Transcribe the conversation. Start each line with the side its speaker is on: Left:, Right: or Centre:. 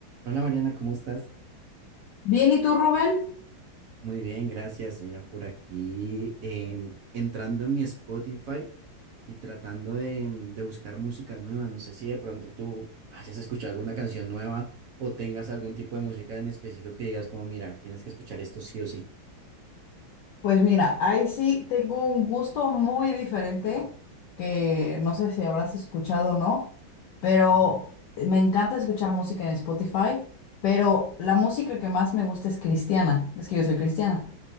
Right: Hola Mariana, ¿cómo estás?
Left: Bien, ¿y tú, Rubén?
Right: Muy bien, gracias. Mira, por aquí em, entrando en mi Spotify y tratando de, em, de buscar música nueva. No sé si de pronto tú hayas escuchado alguna canción nueva o tengas algún tipo de música en específico que digas como, mira, tienes que escuchar esto sí o sí.
Left: Pues mira, ahí sí tengo un gusto muy diferente que no sé si habrás escuchado o no, pero
Right: Ujú.
Left: me encanta escuchar música en Spotify, pero la música que más me gusta es cristiana, es que yo soy cristiana.